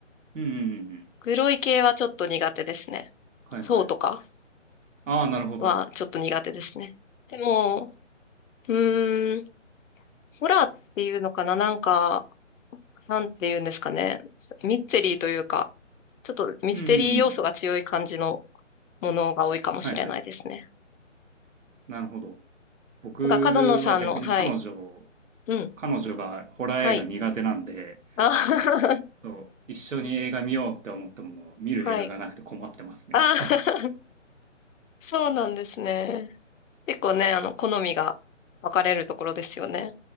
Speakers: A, on the right; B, on the left.
A: うんうんうんうん。
B: 黒い系はちょっと苦手ですね。
A: はいはい。
B: そうとか
A: ああ、なるほど。
B: はちょっと苦手ですね。でも、うーん、ホラーっていうのかななんか、なんていうんですかね。ミステリーというか、ちょっとミステリー要素が強い感じの
A: うんうんうん。
B: ものが多いかもしれないですね。
A: はいはい。なるほど。僕は逆に彼女、
B: なんか、角野さんの、はい。うん。
A: 彼女がホラー映画苦手なんで、
B: はい。あ、<laughs>
A: そう、一緒に映画見ようって思っても見る映画がなくて困ってますね。
B: はい。あ、<laughs> そうなんですね。結構ね、あの、好みが分かれるところですよね。